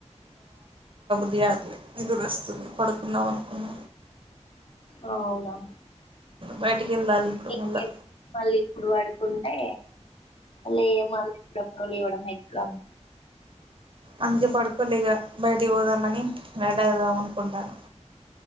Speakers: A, on the right; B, on the left.
A: ఫిర్యాదు నిదుర వస్తు పడుకుందాం అనుకున్
B: ఆ అవునా
A: బయటికి వెళ్ళాలి ఇప్పుడు
B: ఇంకేం
A: మళ్ళా
B: మళ్ళీ ఇప్పుడు పడుకుంటే లేయా మల <unintelligible> లేవడం ఎట్లా
A: అందుకే పడుకోలే ఇగ బయటకి పోదామని అడ్ అవుదాం అనుకుంటాన